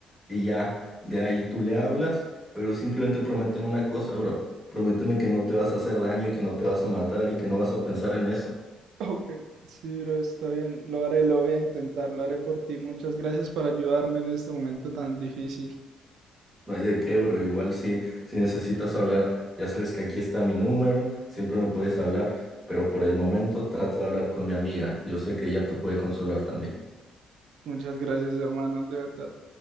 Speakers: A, in the centre; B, on the right.
A: y ya, de ahí tú le hablas, pero simplemente prométeme una cosa, bro. Prométeme que no te vas a hacer daño y que no te vas a matar y que no vas a pensar en eso.
B: Ok, Sí, bro, está bien. Lo haré, lo voy a intentar, lo haré por ti. Muchas gracias por ayudarme en este momento tan difícil.
A: No hay de qué, bro. Igual si, si necesitas hablar, ya sabes que aquí está mi número, siempre me puedes hablar, pero por el momento trata de hablar con mi amiga. Yo sé que ella te puede consolar también.
B: Muchas gracias, hermano, de verdad.